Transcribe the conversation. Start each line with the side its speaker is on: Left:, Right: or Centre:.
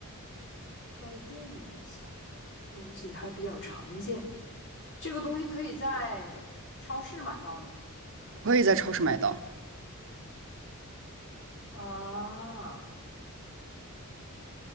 Left: 带电的小的东西，还比较常见。这个东西可以在超市买到吗？
Right: 可以在超市买到。
Left: 啊，